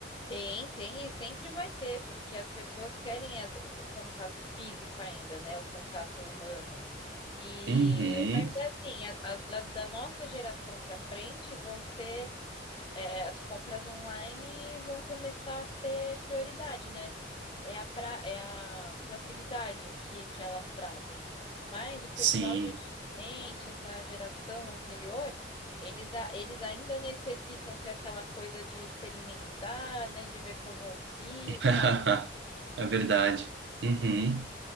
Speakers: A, on the left; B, on the right.
A: Tem, tem e sempre vai ter, porque as pessoas querem as- o contato físico ainda, né? O contato humano. E,
B: Uhum,
A: mas é assim, a- a- da, da nossa geração para frente vão ser é, as compras online vão começar a ser prioridade, né? É a, pra- é a facilidade que, que elas trazem. Mas o
B: sim.
A: pessoal de antigamente, essa geração anterior, eles, a- eles ainda necessitam ter aquela coisa de experimentar, né? De ver como fica.
B: <laughs> É verdade.
A: En-
B: Uhum.